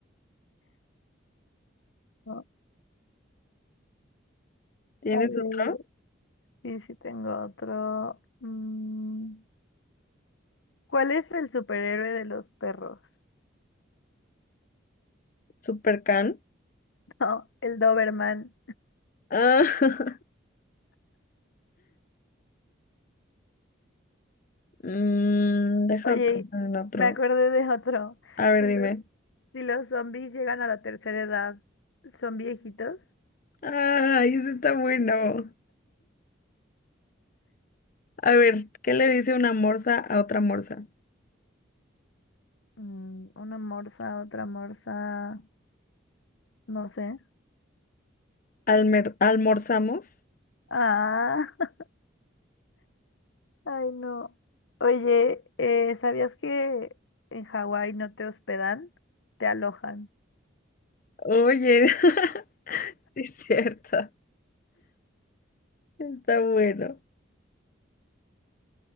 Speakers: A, on the left; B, on the left.
A: No,
B: ¿Tienes
A: a ver,
B: otro?
A: sí, sí tengo otro. Mm, ¿cuál es el superhéroe de los perros?
B: Supercan.
A: <laughs> No, el Doberman.
B: Ah, <laughs> mm, déjame
A: Oye,
B: pensar en otro.
A: me acordé de otro.
B: A ver,
A: Si
B: dime.
A: los, si los zombies llegan a la tercera edad, ¿son viejitos?
B: Ay, ese está bueno. A ver, ¿qué le dice una morsa a otra morsa?
A: Mm, una morsa, otra morsa, no sé.
B: ¿Almer- ¿Almorzamos?
A: Ah, <laughs> ay no. Oye, eh, ¿sabías que en Hawái no te hospedan? Te alojan.
B: Oye, <laughs> sí es cierto. Está bueno.